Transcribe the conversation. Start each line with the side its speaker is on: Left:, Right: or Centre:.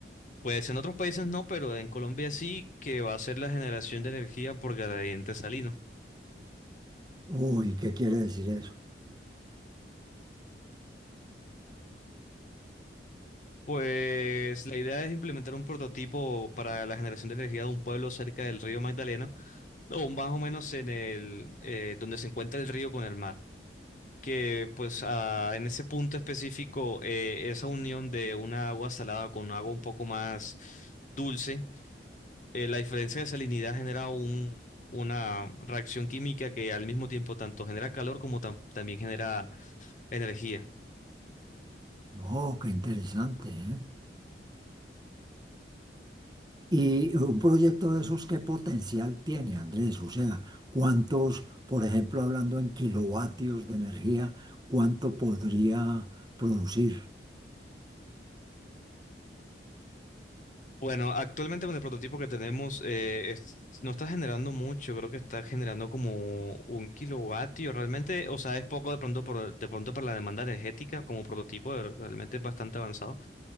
Left: Pues en otros países no, pero en Colombia sí, que va a ser la generación de energía por gradiente salino.
Right: Uy, ¿qué quiere decir eso?
Left: Pues la idea es implementar un prototipo para la generación de energía de un pueblo cerca del río Magdalena, o más o menos en el eh, donde se encuentra el río con el mar. que pues ah, en ese punto específico eh, esa unión de una agua salada con agua un poco más dulce, eh, la diferencia de salinidad genera un, una reacción química que al mismo tiempo tanto genera calor como tam- también genera energía.
Right: No, qué interesante, ¿eh? Y un proyecto de esos, ¿qué potencial tiene, Andrés? O sea, ¿cuántos, por ejemplo, hablando en kilovatios de energía, cuánto podría producir?
Left: Bueno, actualmente con el prototipo que tenemos eh, es- no está generando mucho, creo que está generando como un kilovatio realmente, o sea, es poco de pronto por, de pronto para la demanda energética como prototipo, eh, realmente es bastante avanzado